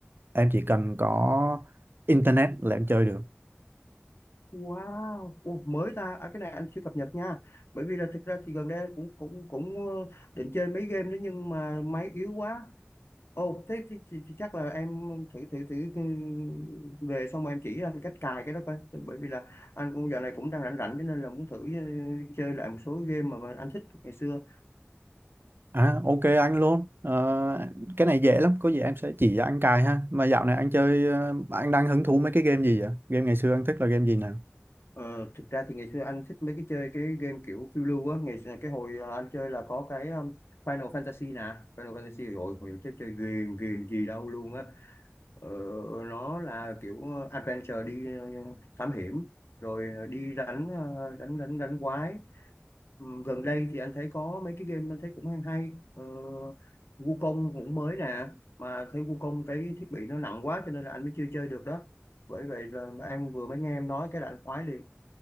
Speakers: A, on the right; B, on the left.
A: em chỉ cần có internet là em chơi được
B: Wow, Ủa, mới ta. À, cái này anh chưa cập nhật nha. Bởi vì là thực ra thì gần đây anh cũng cũng cũng ờ, định chơi mấy game đó nhưng mà máy yếu quá. Ồ, thế, thì thì thì chắc là em thử thử thử ừ, về xong rồi em chỉ anh cách cài cái đó coi. Bởi vì là anh cũng giờ này cũng đang rảnh rảnh cho nên là muốn thử ừ, chơi lại một số game mà, mà anh thích ngày xưa.
A: À ok anh luôn Ờ, Cái này dễ lắm Có gì em sẽ chỉ cho anh cài ha Mà dạo này anh chơi ờ, Anh đang hứng thú mấy cái game gì vậy Game ngày xưa anh thích là game gì nào?
B: Ờ, thực ra thì ngày xưa anh thích mấy cái chơi cái game kiểu phiêu lưu á. Ngày xưa, cái hồi ờ, anh chơi là có cái um, Final Fantasy nè. Final Fantasy rồi hồi chơi chơi ghiền ghiền gì đâu luôn á. Ờ, nó là kiểu ờ, adventure đi ờ, thám hiểm rồi ờ, đi đánh ờ, đánh đánh đánh quái Ừ, gần đây thì anh thấy có mấy cái game anh thấy cũng hay hay ờ, Wukong cũng mới nè mà thấy Wukong cái thiết bị nó nặng quá cho nên là anh mới chưa chơi được đó bởi vậy là em vừa mới nghe em nói cái là anh khoái liền